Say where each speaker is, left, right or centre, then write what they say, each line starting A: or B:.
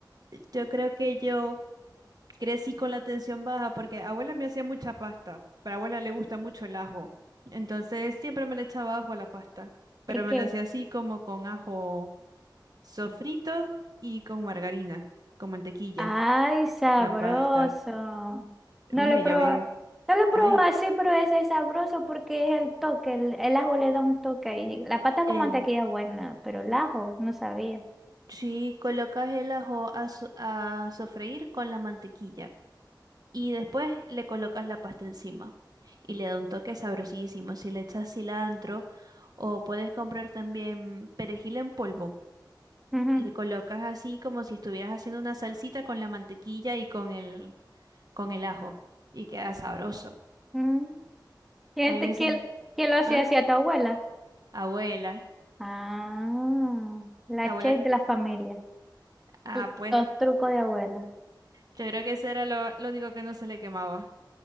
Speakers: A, on the right; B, in the centre.
A: Yo creo que yo crecí con la tensión baja porque abuela me hacía mucha pasta, pero a abuela le gusta mucho el ajo. Entonces siempre me le echaba ajo a la pasta, pero
B: Es
A: me
B: que
A: la hacía así como con ajo sofrito y con margarina, con mantequilla,
B: Ay, sabroso.
A: la pasta. Dije,
B: No lo probé.
A: yo me...
B: No lo probé
A: Ay,
B: así, pero ese es sabroso porque es el toque. El, el ajo le da un toque. Y la pata
A: El,
B: con mantequilla es buena, pero el ajo no sabía.
A: si colocas el ajo a, so- a sofreír con la mantequilla. Y después le colocas la pasta encima y le da un toque sabrosísimo. Si le echas cilantro o puedes comprar también perejil en polvo,
B: Ujú.
A: le colocas así como si estuvieras haciendo una salsita con la mantequilla y con el, con el ajo y queda sabroso.
B: Mm. ¿Quién,
A: Hay
B: te-
A: veces,
B: quién- quién lo hacía
A: ah,
B: así a tu abuela?
A: abuela,
B: Ah, la
A: abuela,
B: chef de la familia.
A: ah,
B: L-
A: pues
B: Los trucos de abuela.
A: yo creo que eso era lo, lo único que no se le quemaba.